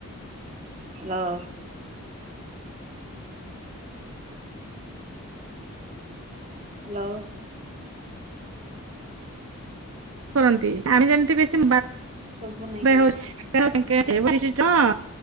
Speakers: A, on the right; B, on the right.
A: ହାଲୋ। ହାଲୋ।
B: କରନ୍ତି ଆମେ ଯେମିତି ବେଶୀ
A: ଶୁଭୁ ନାହିଁ କଣ
B: ହଁ।